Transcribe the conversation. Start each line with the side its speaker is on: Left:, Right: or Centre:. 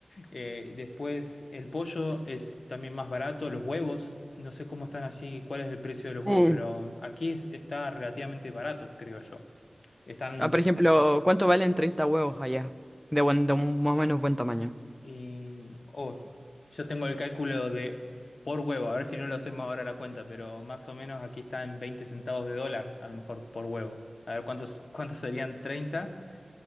Left: Eh, después, el pollo es también más barato, los huevos, no sé cómo están allí, cuál es el precio de los huevos,
Centre: Mm,
Left: pero aquí es- está relativamente barato, creo yo. Están
Centre: ah, por ejemplo, ¿cuánto valen 30 huevos allá? De buen, de un más o menos buen tamaño.
Left: Y, oh, yo tengo el cálculo de por huevo, a ver si no lo hacemos ahora la cuenta, pero más o menos aquí está en 20 centavos de dólar, a lo mejor por huevo. A ver, ¿cuántos, cuántos serían treinta